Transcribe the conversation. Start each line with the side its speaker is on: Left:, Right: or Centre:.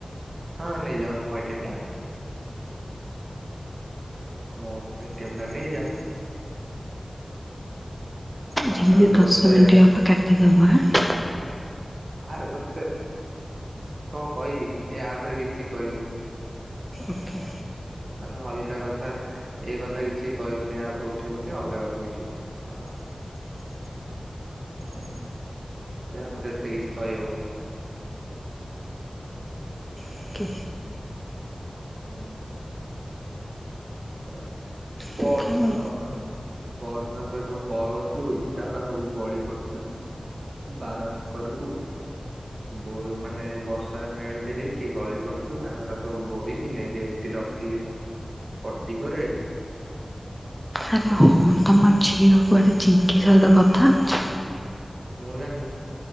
Right: ହଁ ନେଇଯାଉନୁ ମୋ ଏ-ଟି-ଏମ୍ ଟା। ମୋ ଏ-ଟି-ଏମ୍ ନେଇଯା ପାସୱାର୍ଡ
Centre: ଯେମିତି
Right: ତ
Centre: ଦଶ
Right: ତତେ
Centre: ମିନିଟି ହେବ କାଟିଦେବ ଆ
Right: ଆରେ ତତେ, କଣ କହିଲି ଏ ଆପ ରେ କିଛି କହିବୁନି।
Centre: ଓକେ।
Right: ଏରା ଅଲଗା କଥା ଏଇ କଥା କିଛି କହିବୁନି ଆ ଉପେରେ ଉଠେଇବୁନି ଅଲଗା କଥା କିଛି ଉଠା <unintelligible> ହୁଁ ୟାପରେ ଏତେ କିଛି କହି ହବନି।
Centre: ଓକେ
Right: ଉଁ। ହେ
Centre: ଦେଖିଆ
Right: ପଅରଦିନ
Centre: ମୋ
Right: ପଅରଦିନ ତୁ ଯେତବେଳୁ କଲ୍ କରିଥିଲୁ ଇଟାଗୁରା ସବୁ ଗଳି ପଡିଥିଲା। ବାର ହେକରୁକୁ। ବୋହି ମାନେ ବର୍ଷାରେ ମେଲ୍ଟେ ହେଇକି ଗଳି ପଡିଥିଲା ହେରା ସବୁ ବୋହିକି ନେଇକି ହେ କି ରଖିଲି। ଟିଗରେ
Centre: ଆରେ ହଁ ତମ ଝିଅ କୁଆଡେ ଚିଙ୍କି ସହିତ କଥା ହଉଛି।
Right: ମୁଁ ଜାଣିନି।